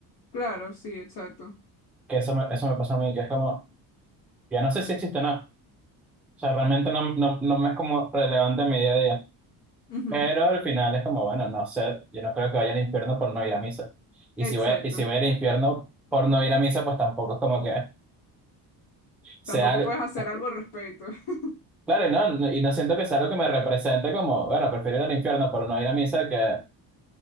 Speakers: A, on the left; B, in the centre.
A: Claro, sí, exacto.
B: Que eso me, eso me pasó a mí, que es como, ya no sé si existe o no. O sea, realmente no, no, no me es como relevante en mi día a día.
A: Ujú,
B: Pero al final es como, bueno, no sé, yo no creo que vaya al infierno por no ir a misa. Y
A: Exacto.
B: si voy, y si voy al infierno por no ir a misa, pues tampoco es como que sea...
A: Tampoco
B: algo-
A: puedes hacer algo al respecto. <laughs>
B: Claro, y no, no- y no siento que sea algo que me represente como, bueno, prefiero ir al infierno por no ir a misa que,